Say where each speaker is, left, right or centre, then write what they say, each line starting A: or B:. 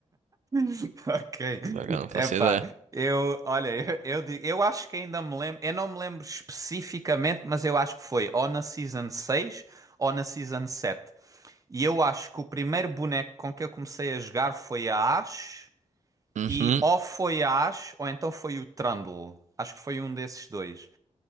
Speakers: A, on the right; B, on the right.
A: <laughs> Ok.
B: Por acaso Não faço
A: Epá,
B: ideia.
A: eu, olha, eu, eu, digo- eu acho que ainda me lembro, eu não me lembro especificamente, mas eu acho que foi ou na Season 6, ou na Season 7. E eu acho que o primeiro boneco com que eu comecei a jogar foi a Ashe,
B: Uhum,
A: e ou foi a Ashe ou então foi o Trundle. Acho que foi um desses dois.